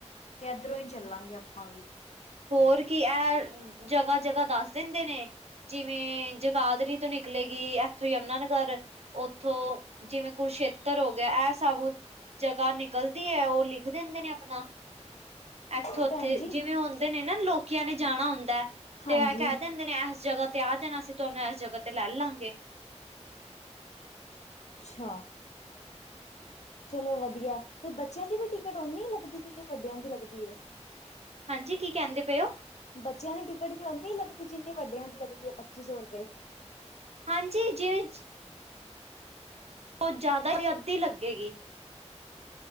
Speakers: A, on the left; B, on the right.
A: ਤੇ ਐਧਰੋਂ ਈ ਚੱਲਾਂਗੇ ਆਪਾਂ ਵੀ।
B: ਹੋਰ ਕੀ ਐ, ਜਗ੍ਹਾ-ਜਗ੍ਹਾ ਦੱਸ ਦਿੰਦੇ ਨੇ ਜਿਵੇਂ ਜਗਾਧਰੀ ਤੋਂ ਨਿਕਲੇਗੀ। ਇਥੋਂ ਯਮੁਨਾ ਨਗਰ, ਉਥੋਂ ਜਿਵੇਂ ਕੁਰਸ਼ੇਤਰ ਹੋ ਗਿਆ। ਐ ਸਭ ਜਗ੍ਹਾ ਨਿਕਲਦੀ ਐ, ਉਹ ਲਿਖ ਦਿੰਦੇ ਨੇ ਅਪਨਾ। ਐਥੋਂ-ਓਥੇ
A: ਤੇ ਭੈਣ ਜੀ
B: ਜਿਵੇਂ ਹੁੰਦੇ ਨੇ ਨਾ ਲੋਕੀਆਂ ਨੇ ਜਾਣਾ ਹੁੰਦਾ
A: ਹਾਂਜੀ
B: ਤੇ ਐ ਕੈ ਦਿੰਦੇ ਨੇ ਐਸ ਜਗ੍ਹਾ ਤੇ ਆ ਜਾਣਾ ਅਸੀਂ ਤੁਆਨੂੰ ਐਸ ਜਗ੍ਹਾ ਤੇ ਲੈ ਲਾਂਗੇ।
A: ਅੱਛਾ। ਚੱਲੋ ਵਧੀਆ ਐ ਤੇ ਬੱਚਿਆਂ ਦੀ ਵੀ ਟਿਕਟ ਓਨੀ ਲੱਗਦੀ ਜਿੰਨੀ ਵੱਡਿਆਂ ਦੀ ਲੱਗਦੀ ਏ।
B: ਹਾਂਜੀ, ਕੀ ਕੈੰਦੇ ਪਏ ਓ?
A: ਬੱਚਿਆਂ ਦੀ ਟਿਕਟ ਵੀ ਓਨੀ ਲੱਗਦੀ, ਜਿੰਨੀ ਵੱਡਿਆਂ ਦੀ ਲੱਗਦੀ ਏ ਪੱਚੀ ਸੌ ਰਪੇ
B: ਹਾਂਜੀ, ਜਿਵੇਂ ਚ ਓ ਜ਼ਿਆਦਾ ਦੀ, ਅੱਧੀ ਲੱਗਦੀ ਹੈਗੀ।